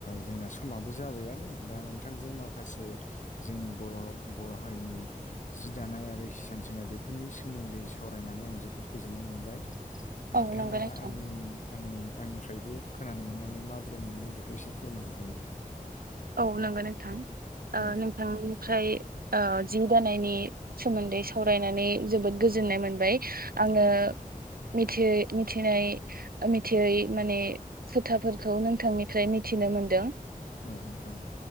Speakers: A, on the left (about 55°); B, on the right (about 80°).
A: जोंना समाबो जाबाययानो दा नोंथांजों माखासे जोंनि बर' बर' र' हारिनि जि दानाय आरो हिसान सोंनाय बेफोरनि सोमोन्दै सावरायनानै आं जोबोद गोजोननाय मोनबाय। नोंथाङा
B: औ नंगौ नोंथां
A: आंनि आंनि आंनिफ्रायबो खोनानो मोननानै माबोरै मोनदों बेखौ एसे फोरमायहरदों नोंथां।
B: औ नंगौ नोंथां ओ
A: औ
B: नोंथांनिफ्राय ओ जि दानायनि सोमोन्दै सावरायनानै जोबोद गोजोननाय मोनबाय। आङो
A: औ
B: मिथियै मिथिनाय मिथियै माने खोथाफोरखौ नोंथांनिफ्राय मिथिनो मोनदों।
A: औ नोंथां।